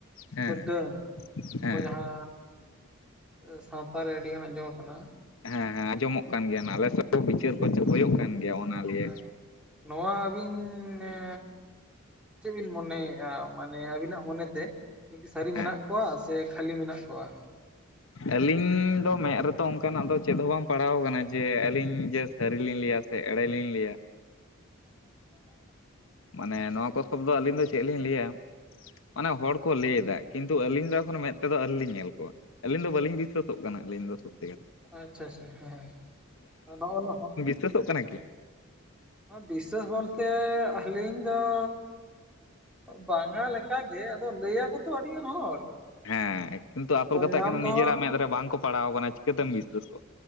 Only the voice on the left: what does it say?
ᱦᱮᱸ ᱦᱮᱸ
ᱦᱮᱸ
ᱦᱮᱸ ᱦᱮᱸ ᱟᱸᱡᱚᱢᱚᱜ ᱠᱟᱱ ᱜᱮᱭᱟ ᱱᱟᱞᱮ ᱥᱮᱜ ᱦᱚ ᱵᱤᱪᱟᱹᱨ ᱠᱚ ᱪᱮ ᱦᱚᱭᱚᱜ ᱠᱟᱱ ᱜᱮᱭᱟ᱾ ᱚᱱᱟ ᱞᱤᱭᱮ
ᱦᱮᱸ
ᱟᱹᱞᱤᱧ ᱫᱚ ᱢᱮᱫ ᱨᱮᱛᱚ ᱚᱱᱠᱟᱱᱟᱜ ᱫᱚ ᱪᱮᱫ ᱦᱚᱸ ᱵᱟᱝ ᱯᱟᱲᱟᱣ ᱠᱟᱱᱟ ᱡᱮ ᱟᱹᱞᱤᱧ ᱡᱮ ᱥᱟᱹᱨᱤ ᱞᱤᱧ ᱞᱟᱹᱭᱟ ᱥᱮ ᱮᱲᱮ ᱞᱤᱧ ᱞᱟᱹᱭᱟ
ᱢᱟᱱᱮ ᱱᱚᱣᱟ ᱠᱚ ᱥᱚᱵ ᱫᱚ ᱟᱹᱞᱤᱧ ᱫᱚ ᱪᱮᱫ ᱞᱤᱧ ᱞᱟᱹᱭᱟ ᱢᱟᱱᱮ ᱦᱚᱲ ᱠᱚ ᱞᱟᱹᱭ ᱮᱫᱟ ᱠᱤᱱᱛ ᱛᱩ ᱟᱹᱞᱤᱧ ᱫᱚ ᱮᱠᱷᱚᱱᱚ ᱢᱮᱫ ᱛᱮᱫᱚ ᱟᱹᱣᱨᱤ ᱞᱤᱧ ᱧᱮᱞ ᱠᱚᱣᱟ ᱟᱹᱞᱤᱧ ᱫᱚ ᱵᱟᱞᱤᱧ ᱵᱤᱥᱥᱟᱹᱥᱚᱜ ᱠᱟᱱᱟ ᱟᱹᱞᱤᱧ ᱫᱚ ᱥᱚᱛᱛᱤ
ᱥᱟᱹᱛᱳᱜ ᱠᱟᱱᱟ ᱠᱤ
ᱦᱮᱸ ᱠᱤᱱᱛᱩ ᱟᱥᱚᱞ
ᱠᱟᱛᱷᱟ
ᱠᱟᱱᱟ ᱱᱤᱡᱮᱨᱟᱜ
ᱢᱮᱫ ᱨᱮ ᱵᱟᱝᱠᱚ ᱯᱟᱲᱟᱣ ᱠᱟᱱᱟ ᱪᱤᱠᱟᱹ ᱛᱮᱢ ᱵᱤᱥᱟᱹᱥᱚᱜ-ᱟ?